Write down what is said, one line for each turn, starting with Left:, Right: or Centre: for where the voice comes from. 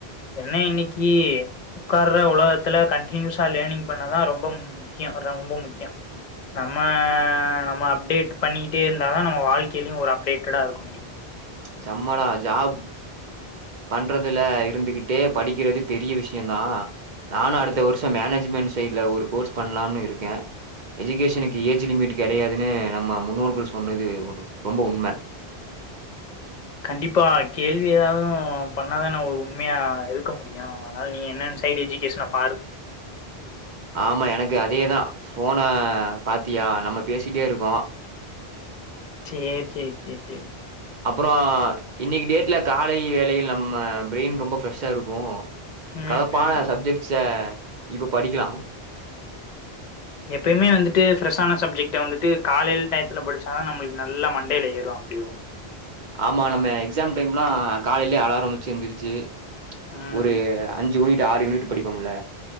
Left: என்ன இன்னைக்கு ஒக்கார்ற உலகத்துல கண்டினியூஸா லேர்னிங் பண்ணாதா ரொம்ப ம் முக்கியோ ரொம்ப முக்கியோ நம்ம நம்ம அப்டேட் பண்ணிட்டே இருந்தாதா நம்ம வாழ்க்கையிலயு ஒரு அப்டேட்டடா இருக்க முடியு
Right: செம்மடா ஜாப் பண்றதுல இருந்துகிட்டே படிக்கிறது பெரிய விஷயந்தா நானு அடுத்த வருஷ மேனேஜ்மெண்ட் சைட்ல ஒரு கோர்ஸ் பண்ணலாம்னு இருக்கே எஜுகேஷனுக்கு ஏஜ் லிமிட்டு கெடையாதுன்னு நம்ம முன்னோர்கள் சொன்னது ஒரு ரொம்ப உண்ம
Left: கண்டிப்பா கேள்வி எதாவது பண்ணாதான ஒரு உண்மையா இருக்க முடியு அதனால நீ என்னென்ன சைடு எஜி கேஷன பாரு
Right: ஆமா எனக்கு அதேதா ஃபோன பாத்தியா நம்ம பேசிட்டேருக்கோ
Left: சேர் சேரி சேர் செரி
Right: அப்பற இன்னைக்கு டேட்ல காலை வேலையில் நம்ம ப்ரெயின் ரொம்ப ஃப்ரெஷ்ஷா இருக்கு
Left: ம்
Right: கலப்பான
Left: ம்
Right: சப்ஜெக்ட்ஸ இப்ப படிக்கலா
Left: எப்பயுமே வந்துட்டு ஃப்ரெஷான சப்ஜெக்ட்ட வந்துட்டு காலையில் டயத்துல படிச்சாத தா நமளுக்கு நல்ல மண்டயில ஏறு <unintelligible>
Right: ஆமா நம்ம எக்ஸாம் டைம்லா காலையிலயே அலாரம் வச்சு எந்துருச்சு
Left: ம்
Right: ஒரு அஞ் யூனிட் ஆறு யூனிட் படிப்போம்ல